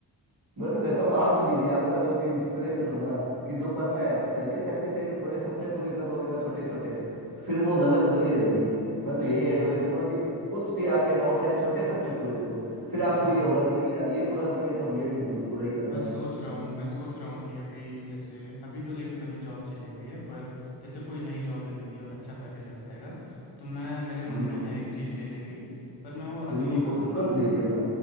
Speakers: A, on the right (about 55°); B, on the left (about 60°).
A: मैं तो कहता हूँ आप भी लीजिए आपका जो भी इंस्पिरेशन हो ना कि जो करना है पहली सैलरी से अगर थोड़े सपने पूरे कर लोगे ना छोटे छोटे तो फिर वो ललक बनी रहेगी मैं तो
B: जी
A: यही एडवाइस दूंगा कि कुछ भी आपके अमाउंट आए छोटे सपने पूरे करो फिर आपको
B: हाँ
A: ये होगा कि नहीं यार ये पूरा कर लिया तो अब ये भी मुझे पूरा ही करना
B: मैं
A: है
B: सोच रहा हूँ मैं सोच रहा हूँ कि अभी जैसे अभी तो लेकिन अभी जॉब चले गई है पर जैसे कोई नई जॉब लगेगी और अच्छा पैकेज लग जाएगा तो मैं मेरे मन
A: बिल्कुल
B: में है एक चीज़ लेने की पर मैं वो अभी
A: बिल्कुल
B: नहीं बताऊँगा
A: वो तुरंत
B: आपको
A: लीजिएगा